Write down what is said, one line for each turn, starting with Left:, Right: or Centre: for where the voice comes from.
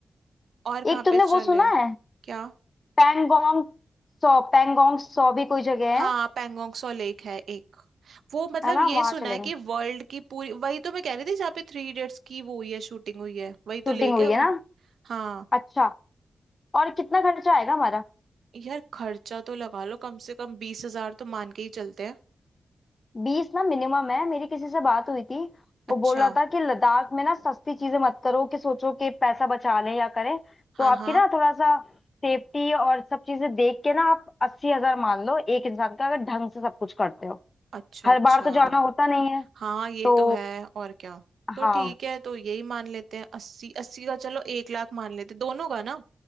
Right: और कहाँ
Left: एक तुमने
Right: पे चले
Left: वो सुना है
Right: क्या
Left: पैंगोंग सौ पैंगोंग सौ भी कोई जगह
Right: हाँ
Left: है
Right: पैंगोंगसो लेक है एक वो मतलब
Left: है ना
Right: ये
Left: वहां
Right: सुना
Left: चलेंगे
Right: है कि वर्ल्ड की पूरी वही तो मैं कह रही थी जहाँ पे थ्री इडियट्स की वो हुई है शूटिंग हुई है वही
Left: शूटिंग
Right: तो लेक
Left: हुई
Right: है वो
Left: है ना
Right: हाँ
Left: अच्छा और कितना खर्चा आएगा हमारा
Right: यार खर्चा तो लगा लो कम से कम बीस हजार तो मान के ही चलते हैं
Left: बीस ना मिनिमम है मेरी किसी से बात हुई थी
Right: अच्छा
Left: वो बोल रहा था कि लद्दाख में ना सस्ती चीजें मत करो कि सोचो कि पैसा बचा लें या करें
Right: हाँ
Left: तो आपकी
Right: हाँ
Left: ना थोड़ा सा सेफ्टी और सब चीजें देख के ना आप अस्सी हजार मान लो एक इंसान का अगर ढंग से सब कुछ करते हो
Right: अच्छा
Left: हर
Right: अच्छा
Left: बार तो जाना होता नहीं है
Right: हाँ ये
Left: तो
Right: तो है और क्या तो
Left: हाँ
Right: ठीक है तो यही मान लेते हैं अस्सी अस्सी का चलो एक लाख मान लेते हैं, दोनों का ना